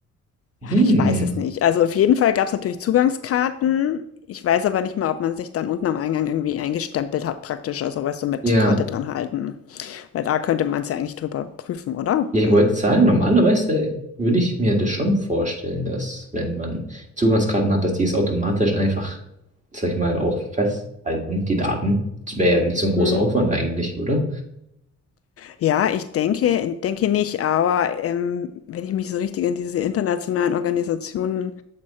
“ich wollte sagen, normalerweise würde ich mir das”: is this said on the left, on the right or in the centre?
Right